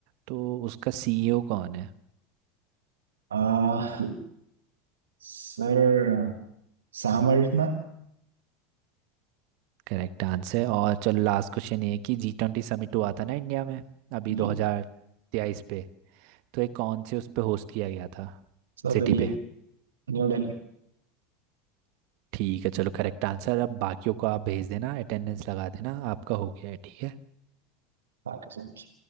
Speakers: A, on the right (about 60°); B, on the right (about 80°).
A: तो उसका सीईओ कौन है
B: आ, सर सैम अल्टमैन
A: करेक्ट आंसर है और चलो लास्ट क्वेश्चन ये है कि जी ट्वेंटी समिट हुआ था ना इंडिया में अभी
B: जी
A: दो हजार तेईस पे तो ये कौन से उस पे होस्ट किया गया था
B: Sir
A: सिटी
B: Delhi
A: पे
B: New Delhi
A: ठीक है चलो करेक्ट आंसर अब बाकियों को आप भेज देना अटेंडेंस लगा देना आपका हो गया है ठीक है
B: Thank you so much